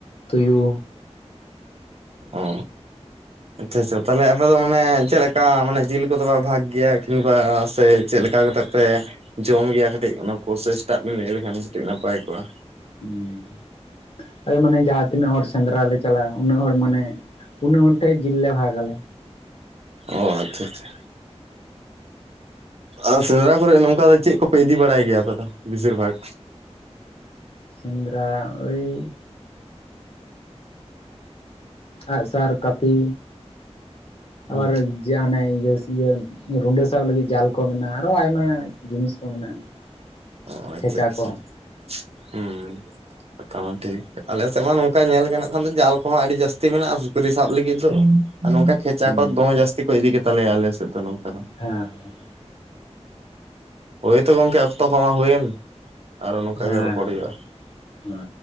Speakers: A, on the left; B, on the right.
A: ᱛᱩᱭᱩ᱾
B: ᱚ᱾ ᱟᱪᱪᱷᱟ ᱟᱪᱪᱷᱟ ᱛᱟᱦᱞᱮ ᱟᱯᱮ ᱫᱚ ᱢᱟᱱᱮ ᱪᱮᱫᱮᱴ ᱞᱮᱠᱟ ᱢᱟᱱᱮ ᱡᱤᱞ ᱠᱚᱫᱚ ᱯᱮ ᱵᱷᱟᱜ ᱜᱮᱭᱟ ᱠᱤᱝᱵᱟ ᱥᱮ ᱪᱮᱫ ᱞᱮᱠᱟ ᱠᱟᱛᱮᱜ ᱯᱮ ᱡᱚᱢ ᱜᱮᱭᱟ ᱠᱟᱹᱴᱤᱡ ᱚᱱᱟ ᱯᱨᱚᱥᱮᱥ ᱴᱟᱜ ᱵᱮᱱ ᱞᱟᱹᱭ ᱞᱮᱠᱷᱟᱱ ᱠᱟᱹᱴᱤᱡ ᱱᱟᱯᱟᱭ ᱠᱚᱜᱼᱟ᱾
A: ᱦᱩᱸ, ᱟᱫᱚ ᱢᱟᱱᱮ ᱡᱟᱦᱟᱸ ᱛᱤᱱᱟᱹᱜ ᱦᱚᱲ ᱥᱮᱸᱫᱽᱨᱟ ᱞᱮ ᱪᱟᱞᱟᱜᱼᱟ ᱩᱱᱟᱹᱜ ᱦᱚᱲ ᱢᱟᱱᱮ ᱩᱱᱟᱹᱜ ᱦᱚᱱ ᱴᱷᱮᱡ ᱡᱤᱞ ᱞᱮ ᱵᱷᱟᱜᱽ ᱟᱞᱮ᱾
B: ᱚ ᱟᱪᱪᱷᱟ ᱟᱪᱪᱷᱟ᱾ ᱟᱨ ᱥᱮᱸᱫᱽᱨᱟ ᱠᱚᱨᱮᱜ ᱱᱚᱝᱠᱟ ᱫᱚ ᱪᱮᱫ ᱠᱚᱯᱮ ᱤᱫᱤ ᱵᱟᱲᱟᱭ ᱜᱮᱭᱟ ᱟᱯᱮ ᱫᱚ ᱵᱮᱥᱤᱨ ᱵᱷᱟᱜ?
A: ᱥᱮᱸᱫᱽᱨᱟ ᱳᱣ ᱟᱸᱜᱥᱟᱨ ᱠᱟᱹᱯᱤ ᱟᱵᱟᱨ
B: ᱦᱮᱸ
A: ᱡᱮ ᱦᱟᱱᱮ ᱤᱭᱟᱹᱥ ᱤᱭᱟᱹ ᱨᱩᱸᱰᱟᱹ ᱥᱟᱵ ᱞᱟᱹᱜᱤᱫ ᱡᱟᱞ ᱠᱚ ᱢᱮᱱᱟᱜᱼᱟ ᱟᱨᱚ ᱟᱭᱢᱟ ᱡᱤᱱᱤᱥ ᱠᱚ ᱢᱮᱱᱟᱜᱼᱟ᱾ <inaudible>
B: ᱚ ᱟᱪᱪᱷᱟ
A: ᱠᱷᱮᱪᱟ
B: ᱟᱪᱪᱷᱟ,
A: ᱠᱚ
B: ᱦᱩᱸ᱾ ᱢᱚᱴᱟᱢᱩᱴᱤ ᱟᱞᱮ ᱥᱮᱫ ᱢᱟ ᱱᱚᱝᱠᱟ ᱧᱮᱞ ᱜᱟᱱᱚᱜ ᱠᱷᱟᱱ ᱫᱚ ᱡᱟᱞ ᱠᱚᱦᱚᱸ ᱟᱹᱰᱤ ᱡᱟᱹᱥᱛᱤ ᱢᱮᱱᱟᱜᱼᱟ ᱥᱩᱠᱨᱤ ᱥᱟᱵ ᱞᱟᱹᱜᱤᱫ ᱫᱚ᱾ ᱟᱨ ᱱᱚᱝᱠᱟ ᱠᱷᱮᱪᱟ
A: ᱦᱮᱸ
B: ᱠᱚ ᱫᱚᱢᱮ ᱡᱟᱹᱥᱛᱤ ᱠᱚ ᱤᱫᱤ ᱜᱮ ᱛᱟᱞᱮᱭᱟ ᱟᱞᱮ ᱥᱮᱫ ᱫᱚ ᱱᱚᱝᱠᱟ ᱫᱚ᱾
A: ᱦᱮᱸ᱾
B: ᱦᱳᱭ ᱛᱚ ᱜᱚᱝᱠᱮ ᱚᱠᱛᱚ ᱠᱚᱢᱟ ᱦᱩᱭᱮᱱ, ᱟᱨᱚ ᱱᱚᱝᱠᱟ
A: ᱦᱮᱸ
B: ᱜᱮ ᱨᱚᱯᱚᱲ ᱦᱩᱭᱩᱜᱼᱟ᱾
A: ᱦᱮᱸ